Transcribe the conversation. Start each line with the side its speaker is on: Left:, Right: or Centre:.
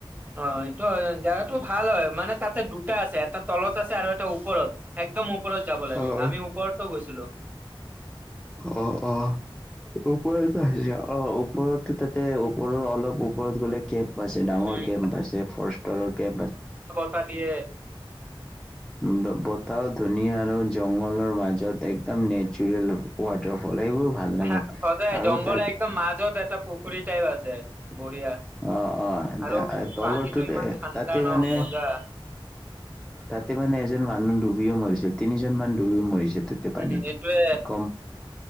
Right: অ', এইটো হয়। জেগাটো ভাল হয়, মানে তাতে দুটা আছে এটা তলত আছে, আৰু এটা ওপৰত। একদম ওপৰত যাব লাগে,
Centre: অ',
Right: আমি ওপৰতো গৈছিলো।
Centre: অ', অ'। ওপৰতো আছে অ', ওপৰতো তাতে ওপৰত অলপ ওপৰত গ'লে কে ম্প আছে ডাঙৰ
Right: উম
Centre: কেম্প আছে, ফৰেষ্টৰ কেম্প আছে।
Right: এটা দিয়ে।
Centre: উম, বতাহো ধুনীয়া আৰু জংঘলৰ মাজত একদম নেচাৰেল ৱাটাৰ ফ'ল, সেইবোৰ ভাল লাগে।
Right: হা
Centre: আৰু
Right: জংঘলৰ
Centre: তাৰ
Right: একদম মাজত এটা পুখুৰী টাইপ আছে বঢ়িয়া।
Centre: অ', অ',
Right: আৰু
Centre: তা তলৰটোত
Right: পানীটো ইমান ঠাণ্ডা
Centre: তাতে
Right: ন
Centre: মানে
Right: মজা
Centre: তাতে মানে এজন মানুহ ডুবিও মৰিছিল তিনিজন মানুহ ডুবি মৰিছে। পানীত
Right: উম সেইটোৱে,
Centre: কম